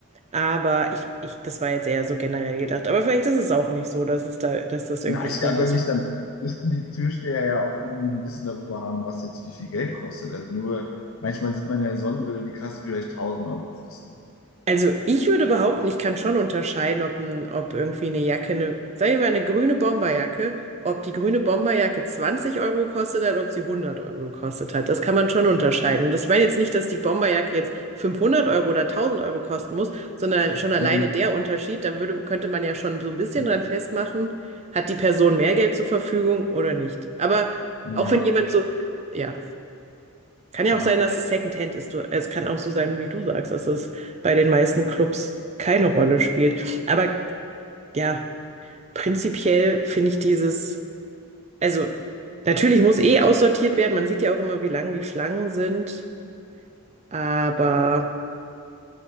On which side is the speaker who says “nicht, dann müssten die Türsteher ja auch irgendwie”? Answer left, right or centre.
Left